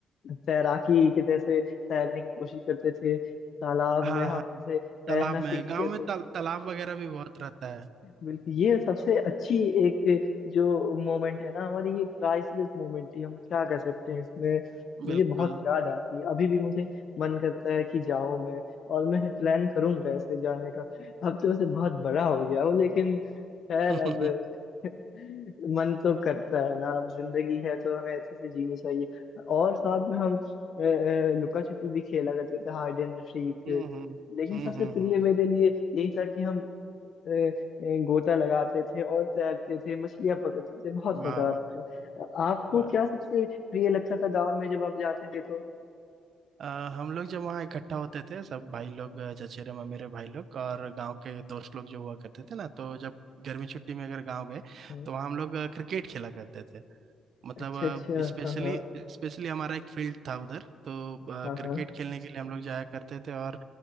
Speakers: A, on the left; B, on the right.
A: तैराकी के जैसे तैरने की कोशिश करते थे तालाब
B: हाँ
A: में हम
B: हाँ
A: ऐसे तैरना
B: तालाब में
A: सीखते
B: गांव में
A: थे
B: ताल, तालाब वगैरह भी बहुत रहता है
A: बिल्कुल ये सबसे अच्छी एक जो मोमेंट है ना हमारी ये प्राइसलेस मोमेंट थी हम क्या कर सकते हैं इसमें मुझे
B: बिल्कुल
A: बहुत याद आती है अभी भी मुझे मन करता है कि जाऊं मैं और मैं प्लान करूंगा ऐसे जाने का अब तो वैसे बहुत बड़ा हो गया हूं लेकिन खैर
B: <laughs>
A: अब
B: हम्म
A: <laughs> मन तो करता है ना अब जिंदगी है तो हमें अच्छे से जीनी चाहिए और साथ में हम लुका छिपी भी खेला करते थे हाइड एंड सीक
B: हम्म हम्म
A: लेकिन सबसे
B: हम्म
A: प्रिय
B: हम्म,
A: मेरे लिए यही था कि हम अ, अ, गोता लगाते थे और तैरते थे मछलियां पकड़ते थे बहुत
B: वाह
A: मजा आता
B: वाह
A: था अ, आपको
B: वाह
A: क्या सबसे प्रिय लगता था गांव में जब आप जाते थे तो
B: अ, हम लोग जब वहाँ इकट्ठा होते थे सब भाई लोग अ, चचेरे ममेरे भाई लोग और गांव के दोस्त लोग जो हुआ करते थे ना तो जब गर्मी छुट्टी में अगर गांव गए
A: हम्म,
B: तो वहाँ हम लोग अ, क्रिकेट खेला करते थे मतलब
A: अच्छा अच्छा
B: स्पेशली
A: हाँ हाँ
B: स्पेशली हमारा एक फील्ड था उधर तो
A: हाँ
B: अ, क्रिकेट
A: हाँ
B: खेलने के लिए हम लोग जाया करते थे और